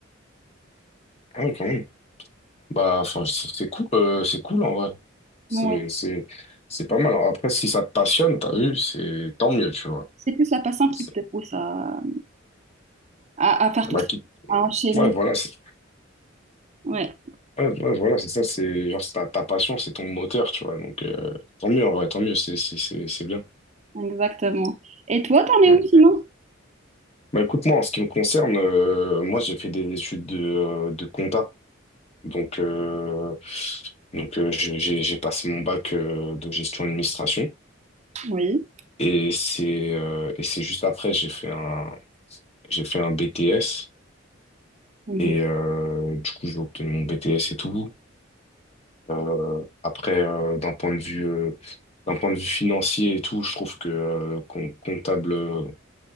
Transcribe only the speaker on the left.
Ah, quand même. Bah, enfin, c'est c'est cool, euh, c'est cool en vrai. C'est,
c'est, c'est pas mal. Alors après, si ça te passionne, t'as vu, c'est tant mieux, tu vois.
C'est-
Bah,
qui-
ouais, voilà, c'est,
ouais, ouais, voilà, c'est ça, c'est genre c'est ta, ta passion, c'est ton moteur, tu vois. Donc, euh, tant mieux en vrai, tant mieux, c'est, c'est, c'est, c'est bien.
Ouais.
Bah, écoute-moi, en ce qui me concerne, euh, moi, j'ai fait des études de, euh, de compta. Donc, euh, donc euh, j'ai, j'ai j'ai passé mon bac euh, de gestion administration.
Et c'est euh, et c'est juste après, j'ai fait un, J'ai fait un BTS
et euh, du coup j'ai obtenu mon BTS et tout. Euh, après, euh, d'un point de vue, euh, d'un point de vue financier et tout, je trouve que euh, com- comptable, euh,